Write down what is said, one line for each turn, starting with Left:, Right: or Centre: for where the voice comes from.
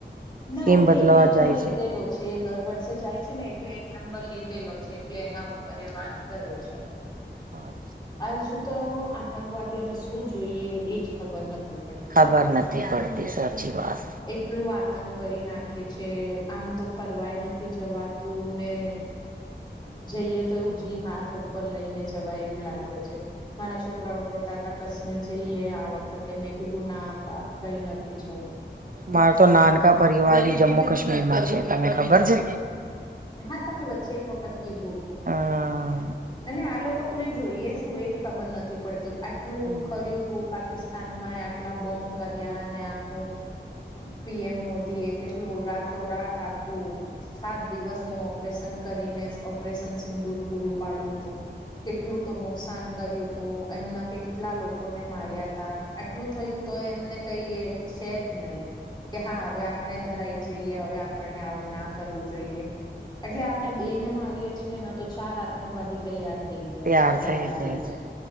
Left: ના
Right: સીમ
Left: એને
Right: બદલાવા
Left: એક નંબર
Right: જાય
Left: લીધેલો છે. જે દર વર્ષે જાય છે ને એટલે એક નંબર લીધેલો છે એટલે એના ઉપર એ વાત કરે છે.
Right: હા.
Left: હજુ તો આતંકવાદીઓને શું જોઈએ એજ ખબર નથી. પડતી
Right: ખબર નથી પડતી સાચી વાત.
Left: એટલું આતંક કરી નાખે છે આમ તો ફરવાય નથી જવાતું ને જઈએ તો એવુ જ <unintelligible> હાથ ઉપર લઈને જ એવું લાગે છે મારા છોકરા કેતા કાશ્મીર જઈએ આ વખતે મેં કીધું ના બા કઈ નથી જઉં.
Right: મારો તો નાનકા પરિવાર જમ્મુ કાશ્મીરમાં છે તને ખબર છે.
Left: હા તમે વચ્ચે એક વખત કીધું હતું
Right: હા.
Left: અને આ લોકોને જોઈએ શું એજ ખબર નથી પડતી આટલું
Right: હમ
Left: ખર્યું તું પાકિસ્તાન આટલા બોમ્બ કર્યા અને આખું પીએમ મોદી એ કે કેટલું રાતો રાત આખું સાત દિવસ નું ઓપરેશન કરીને ઓપરેશન સિંદુર પુરૂં પાડ્યું હતું. કેટલું તો નુકસાન કર્યું તું એમના કેટલા લોકોને માર્યાતા. આટલું થયું તો એમને કઈ છે જ નહી કે હા હવે આપણે ધરાઈ જઈએ હવે આપ આપને આવું ના કરવું જોઈએ એટલે આપણે બે ને મારીએ છીએને તો ચાર આતંકવાદી તૈયાર થઈ જાય
Right: તૈયાર
Left: છે પેલાથી
Right: થઈ જાય
Left: જ.
Right: છે